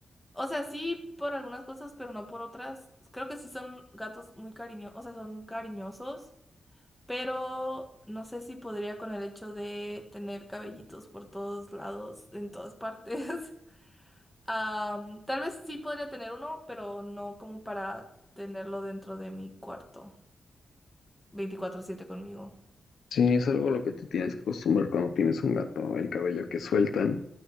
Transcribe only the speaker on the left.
Sí, es algo a lo que te tienes que acostumbrar cuando tienes un gato, el cabello que sueltan,